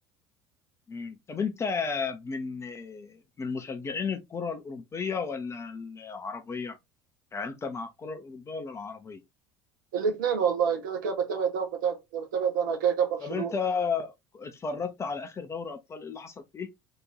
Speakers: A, on the left (about 25°); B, on the right (about 65°).
A: مم. طب أنت من من مشجعين الكرة الأوروبية ولا العربية؟ يعني أنت مع الكرة الأوروبية ولا العربية؟
B: الاثنين والله كده كده بتابع ده وبتابع بتابع ده انا كده كده برشلونه
A: طب أنت اتفرجت على آخر دوري أبطال إيه اللي حصل فيه؟